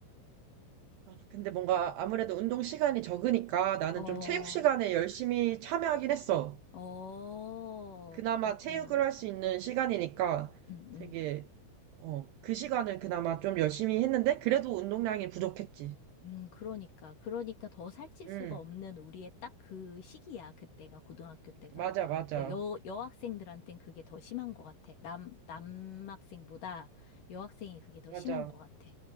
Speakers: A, on the right; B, on the left.
A: 아, 근데 뭔가 아무래도 운동 시간이 적으니까 나는
B: 어,
A: 좀 체육 시간에 열심히 참여하긴 했어.
B: 어,
A: 그나마
B: 그랬구나.
A: 체육을 할 수 있는 시간이니까
B: 응,
A: 되게,
B: 응.
A: 어, 그 시간을 그나마 좀 열심히 했는데 그래도 운동량이 부족했지.
B: 음, 그러니까. 그러니까 더 살찔
A: 응,
B: 수가 없는 우리의 딱 그 시기야. 그때가, 고등학교 때가.
A: 맞아, 맞아.
B: 어, 여, 여학생들한텐 그게 더 심한 것 같아. 남, 남학생보다 여학생이 그게 더
A: 맞아,
B: 심한 것 같아.